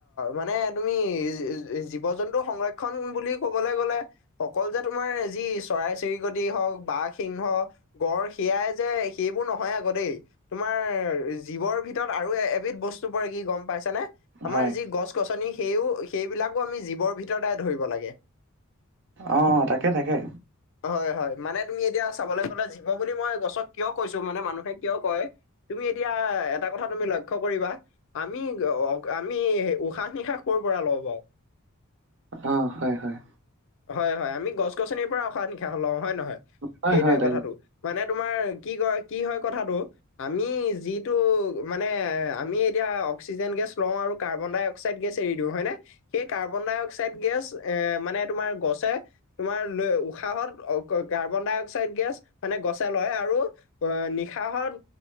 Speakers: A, on the left; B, on the right.
A: মানে তুমি জীৱ- জন্তু সংৰক্ষণ বুলি কবলে গ'লে- অকল যে তোমাৰ যি চৰাই- চিৰিকটি হওঁক বাঘ, সিংহ- গঁড় সেয়াই যে সেইবোৰ নহয় আকৌ দেই। তোমাৰ জীৱৰ ভিতৰত আৰু এবিধ বস্তু পৰে, কি গম পাইছা নে? আমাৰ
B: হয়।
A: যি গছ- গছনি সেইও সেইবিলাকো আমি জীৱৰ ভিতৰতে ধৰিব লাগে।
B: অঁ, তাকে তাকে।
A: হয় হয়, মানে তুমি এতিয়া চাবলে গ'লে, জীৱ বুলি মই গছক কিয় কৈছো? মানে মানুহে কিয় কয়? তুমি এতিয়া এটা কথা- তুমি লক্ষ্য কৰিবা আমি- অ- অ- আমি উশাহ- নিশাহ ক'ৰ পৰা লওঁ বাও?
B: অ', হয় হয়।
A: হয় হয়। আমি গছ- গছনিৰ পৰা উশাহ- নিশাহ লওঁ, হয় নহয়?
B: হয়,
A: সেইটোয়ে
B: হয়, তাকে,
A: কথাটো। মানে তোমাৰ কি কয়, কি হয় কথাটো, আমি যিটো মানে আমি এতিয়া অক্সিজেন গেছ লওঁ আৰু কাৰ্বন- ডাই- অক্সাইড গেছ এৰি দিওঁ, হয়নে? সেই কাৰ্বন- ডাই অক্সাইড গেছ এ, মানে তোমাৰ গছে তোমাৰ লৈ উশাহত অ ক কাৰ্বন- ডাই- অক্সাইড গেছ মানে গছে লয় আৰু অ, নিশাহত